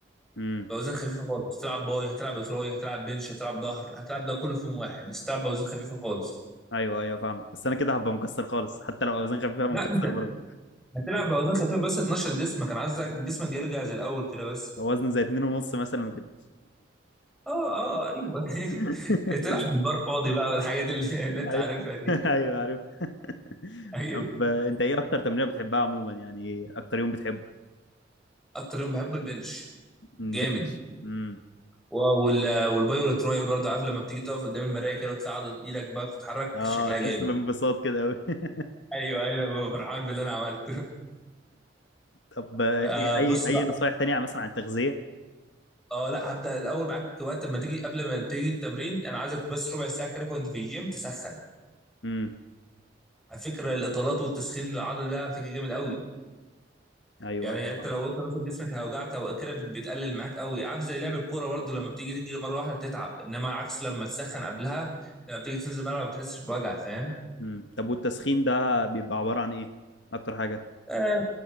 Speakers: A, on the left (about 70°); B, in the centre.
A: مم.
B: باوزان خفيفه خالص تلعب باي هتلعب تراي هتلعب بنش هتلعب ظهر هتلعب ده كله في يوم واحد بس تلعب باوزان خفيفه خالص
A: ايوه ايوه فاهمك بس انا كده هبقى مكسر خالص حتى لو اوزان خفيفه هبقى
B: لا
A: مكسر
B: انت
A: برضه
B: هتلعب باوزان خفيفه بس تنشط جسمك انا عايز جسمك يرجع زي الاول كده بس
A: وزن زي اتنين ونص مثلا وكده
B: اه اه ايوه <laughs>
A: <laughs>
B: تلعب بالبار فاضي بقى والحاجات اللي, <laughs> اللي انت
A: ايوه
B: عارفها دي
A: <laughs> ايوه عارف <laughs>
B: ايوه
A: طب آه، انت ايه اكتر تمرينه بتحبها عموما يعني ايه اكتر يوم بتحبه
B: اكتر يوم بحبه البنش جامد
A: مم، بنش امم
B: و- وال والباي والتراي برضه عارف لما بتيجي تقف قدام المرايه كده وتطلع عضله ايدك بقى بتتحرك
A: اه
B: شكلها جامد
A: تحس بانبساط كده قوي <laughs>
B: ايوه ايوه أنا ببقى فرحان باللي انا عملته
A: طب آه،
B: آه
A: ايه اي
B: بص
A: اي
B: بقى
A: نصايح تانية عن- مثلا عن التغذيه
B: اه لا هبدا الاول معاك وقت ما تيجي قبل ما تيجي التمرين انا عايزك بس ربع ساعه كده وانت في الجيم تسخن
A: امم
B: على فكره الاطالات والتسخين العضله ده على فكره جامد قوي
A: ايوه
B: يعني
A: ايوه
B: انت
A: فاهم
B: لو انت مثلا جسمك هيوجعك او كده بت- بتقلل معاك قوي عارف زي لعب الكوره برضو لما بتيجي تجري مره واحده بتتعب انما عكس لما تسخن قبلها لما بتيجي تنزل الملعب ما بتحسش بوجع فاهم
A: امم طب والتسخين ده بيبقى عباره عن ايه اكتر حاجه
B: آه،